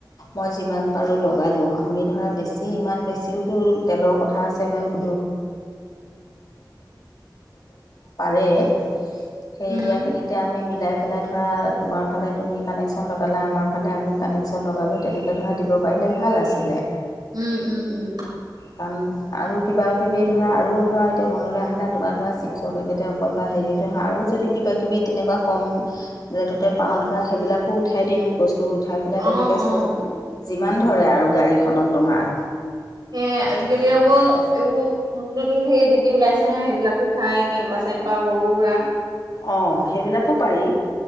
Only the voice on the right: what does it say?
উম,
উম, উম, উম।
অ',
অ',
সেয়েহে আজিকালি আকৌ এইবোৰ নতুন নতুন হেৰি যি তি ওলাইছে ন সেইবিলাকো খাই। কেম্পাচ, চেম্পা সৰু-সুৰা।